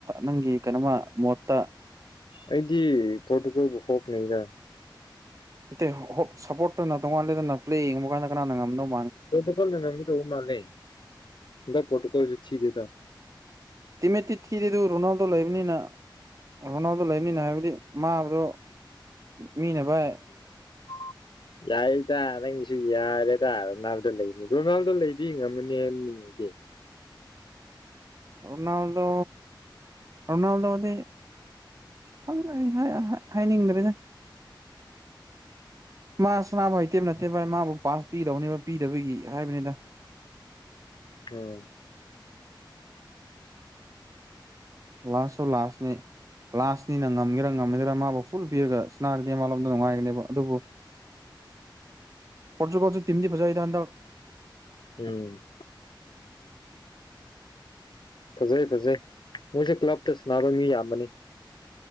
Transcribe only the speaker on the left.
ꯑꯩꯗꯤ ꯄ꯭ꯔꯣꯇꯨꯒꯜꯕꯨ ꯍꯣꯞ ꯂꯩꯗ
ꯄꯣꯔꯇꯨꯒꯜꯅ ꯉꯝꯒꯗꯧꯕ ꯃꯥꯜꯂꯦ ꯍꯟꯗꯛ ꯄ꯭ꯔꯣꯇꯨꯒꯜꯁꯨ ꯊꯤꯗꯦꯗ
<inaudible> ꯌꯥꯔꯦꯗ ꯅꯪꯒꯤꯁꯨ ꯌꯥꯔꯦꯗ ꯔꯣꯅꯥꯜꯗꯣ ꯂꯩꯕꯗꯨ ꯔꯣꯅꯥꯜꯗꯣ ꯂꯩꯗꯤ ꯉꯝꯃꯅꯤ <unintelligible> <inaudible>
ꯎꯝ
ꯎꯝ ꯐꯖꯩ ꯐꯖꯩ ꯃꯣꯏꯁꯦ ꯀ꯭ꯂꯞꯇ ꯁꯥꯟꯅꯕ ꯃꯤ ꯌꯥꯝꯕꯅꯤ